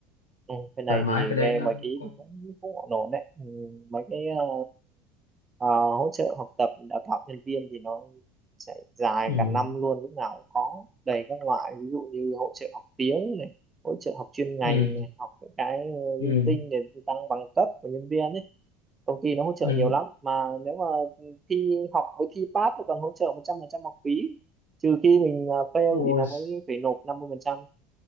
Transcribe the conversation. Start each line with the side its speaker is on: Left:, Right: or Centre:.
Right: ừ, bên này
Left: thoải mái
Right: thì
Left: cái đấy
Right: nghe
Left: nó
Right: mấy cái ý
Left: cũng
Right: thì cũng cũng ổn ổn đấy ừ, mấy cái ờ, ờ, hỗ trợ học tập đào tạo nhân viên thì nó sẽ dài
Left: ừ.
Right: cả năm luôn lúc nào cũng có đầy các loại ví dụ như hỗ trợ học tiếng này hỗ trợ học chuyên ngành
Left: ừ. ừ.
Right: này học những cái ờ,
Left: ừ.
Right: linh tinh để tăng bằng cấp của nhân viên ấy công ty nó hỗ trợ
Left: ừ.
Right: nhiều lắm mà nếu mà thi học với thi pass nó còn hỗ trợ 100% học phí trừ khi mình à, fail
Left: Ôi
Right: thì nó mới phải nộp 50%